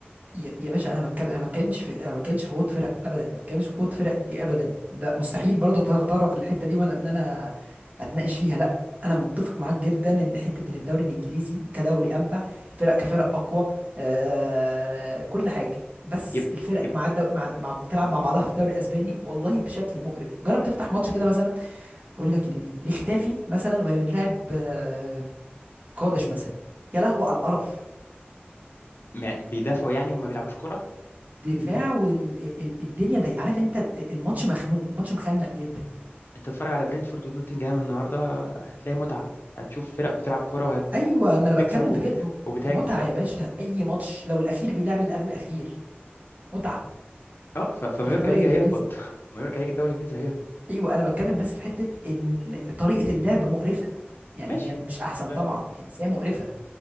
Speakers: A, on the right; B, on the left.
A: يا يا باشا انا بتكلم انا ما بتكلمش في انا ما بتكلمش في قوه فرق ابدا ما بتكلمش في قوه فرق دي ابدا ده مستحيل برضه اتطرق للحته دي ولا ان انا اتناقش فيها لا انا متفق معاك جدا ان حته ان الدوري الانجليزي كدوري امتع الفرق كفرق اقوى آه كل حاجه بس
B: يبقى
A: الفرق
B: يبقى
A: مع, الدو... مع مع بتلعب مع بعضها في الدوري الاسباني والله بشكل مقرف جرب تفتح ماتش كده مثلا اقول لك لمين لختافي مثلا وهي بتلعب آه قادش مثلا يا لهو على القرف
B: مع- بيدافعوا يعني وما بيلعبوش كرة
A: الدفاع والدنيا ضيقه عارف انت ال- الماتش مخنوق الماتش مخنق جدا
B: انت تتفرج على برينتفورد ونوتنجهام النهارده هتلاقي متعه هتشوف فرق بتلعب كوره وهت...
A: ايوه
B: وبتكسب
A: ما انا بتكلم
B: وب...
A: في كده م-
B: وبتهاجم
A: متعه
B: ف...
A: يا باشا اي ماتش لو الاخير بيلعب اللي قبل الاخير متعه
B: اه ف... فمايوركا
A: ده في الدوري
B: هيجي
A: الانجليزي
B: هيهبط <laughs> مايوركا هيجي الدوري الانجليزي هيهبط
A: ايوه انا بتكلم بس في حته ان طريقه اللعب مقرفه يعني
B: ماشي
A: هي مش احسن
B: يعني ده
A: طبعا هي بس هي مقرفه